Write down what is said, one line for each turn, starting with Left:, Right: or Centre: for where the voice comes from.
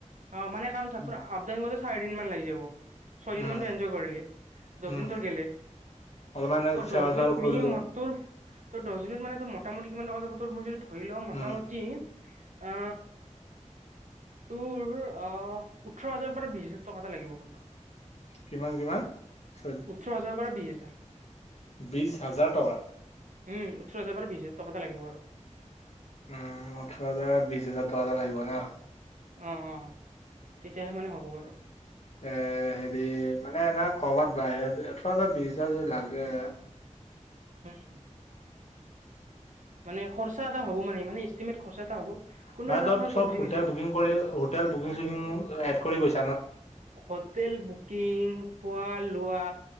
Right: অ মানে কাৰণ
Left: উম
Right: তুৰ আব ডাউন চাৰি দিন মান লাগি যাব ছয়
Left: উম
Right: দিন মান ইনজয় কৰিলি দহ
Left: উম,
Right: দিন তোৰ গেলে।
Left: অলপমান
Right: তোৰ
Left: চেয়াৰ
Right: দহ দিনত
Left: চেয়াৰ কৰিলো
Right: মি মহ তোৰ তোৰ দহ মানে মোটামুটি কিমান টকা যাব মই যদি ধৰি লও মোটামুটি
Left: উম
Right: অ তোৰ আহ ওঠৰ হাজাৰৰ পৰা বিশ হাজাৰ টকা এটা লাগিব কিন্তু
Left: কিমান কিমান চৈ
Right: ওঠৰ হাজাৰৰ পৰা বিশ হাজাৰ
Left: বিশ হাজাৰ টকা
Right: উম ওঠৰ হাজাৰ পৰা বিশ হাজাৰ টকা এটা লাগিব আৰু
Left: উম ওঠৰ হাজাৰ বিশ হাজাৰ টকা এটা লাগিব ন
Right: অ অ তেতিয়াহে মানে হ'ব বাৰু
Left: এ হেৰি মানে এনে কৰবাত বাহিৰত ওঠৰ হাজাৰ বিশ হাজাৰ যদি লাগে।
Right: হম মানে খৰচা এটা হ'ব মানে মানে এষ্টিমেট খৰচা এটা হ'ব। কোনো
Left: মানে
Right: এটা
Left: ত
Right: কথা
Left: চব
Right: তই বুজি
Left: হোটেল
Right: পাইছা
Left: বুকিং কৰি হোটেল বুকিং চুকিং এড কৰি গৈছ-
Right: হোটেল বুকিং খোৱা লোৱা।